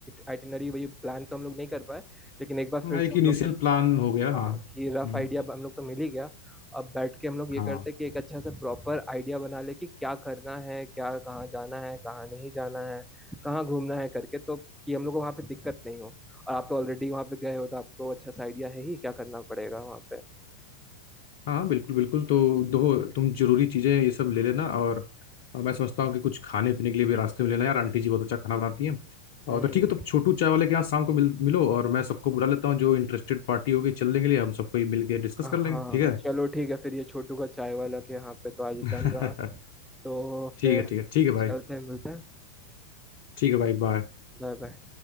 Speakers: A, in the centre; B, on the left (about 50°).
A: आइटिनरी वही प्लान तो हम लोग नहीं कर पाए लेकिन एक बार
B: हाँ,
A: फिर
B: एक
A: से हम
B: इनिशियल
A: लोग
B: प्लान हो गया
A: हाँ
B: हाँ हम्म
A: कि रफ आइडिया हम लोग तो मिल ही गया अब बैठ के हम लोग ये
B: हाँ
A: करते हैं कि एक अच्छा सा प्रॉपर आइडिया बना ले कि क्या करना है क्या कहाँ जाना है कहाँ नहीं जाना है कहाँ घूमना है करके तो कि हम लोग को वहाँ पे दिक्कत नहीं हो और आप तो ऑलरेडी वहाँ पे गए हो तो आपको अच्छा सा आइडिया है ही क्या करना पड़ेगा वहाँ पे
B: हाँ बिल्कुल बिल्कुल तो दो तुम जरूरी चीज़ें ये सब ले लेना और और मैं समझता हूँ कि कुछ खाने पीने के लिए भी रास्ते में लेना यार आंटी जी बहुत अच्छा खाना बनाती हैं और
A: हम्म
B: तो ठीक है तो छोटू चाय वाले के यहाँ शाम को मिल मिलो और मैं सबको बुला लेता हूँ जो इंटरेस्टेड पार्टी होगी चलने के लिए हम सबको ही मिल के डिस्कस
A: हाँ
B: कर लेंगे ठीक है
A: चलो ठीक है फिर ये छोटू का चाय वाला के यहाँ पे तो आज
B: <laughs>
A: डन रहा तो
B: ठीक
A: फिर
B: है ठीक है ठीक है भाई
A: चलते हैं मिलते हैं
B: ठीक है भाई बाय
A: Bye bye